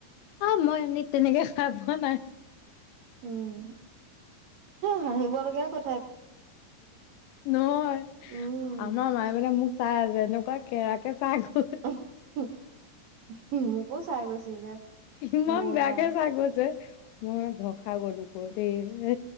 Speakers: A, on the left; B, on the right.
A: অ', মই এ, তেনেকে খাই পোৱা নাই।
B: উম, হাঁহিব লগীয়া কথা
A: নহয়
B: উম
A: আমাৰ মায়ে মানে মোক চাই আছে এনেক কেৰাকে চাই গ
B: <unintelligible> গৈছিলে
A: ইমান
B: মোৰ
A: বেয়াকে
B: মায়ে
A: চাই গৈছে মই ভয় খাই গ'লো। <unintelligible>